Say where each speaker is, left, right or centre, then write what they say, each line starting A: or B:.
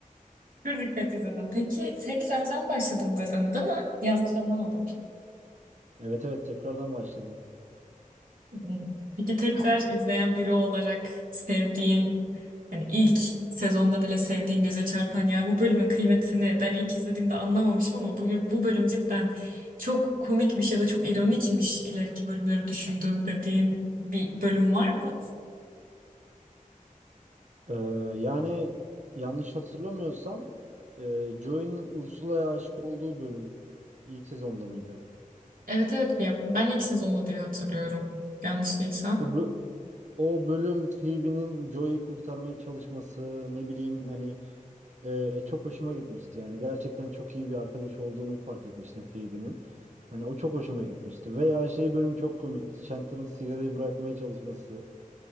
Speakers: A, on the right; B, on the right.
A: Pür dikkat izledim. Peki tekrardan başladım dedin, değil mi? Yanlış anlamadım.
B: Evet evet tekrardan başladım.
A: Hmm. Peki tekrar izleyen biri olarak sevdiğin, hani ilk sezonda bile sevdiğin göze çarpan ya bu bölümün kıymetini ben ilk izlediğimde anlamamışım ama bu, bu bölüm cidden çok komikmiş ya da çok ironikmiş ileriki bölümleri düşündüğüm dediğin bir bölüm var mı?
B: Ee, yani yanlış hatırlamıyorsam e, Joey'nin Ursula'ya aşık olduğu bölüm ilk sezonda mıydı?
A: Evet evet Ya ben ilk sezonda diye hatırlıyorum. Yanlış değilsem.
B: O bö- o bölüm Phoebe'nin Joey'i kurtarmaya çalışması ne bileyim hani e, çok hoşuma gitmişti. Yani gerçekten çok iyi bir arkadaş olduğunu fark etmiştim Phoebe'nin. Hani o çok hoşuma gitmişti. Veya şey bölüm çok komikti. Chandler'ın sigarayı bırakmaya çalışması.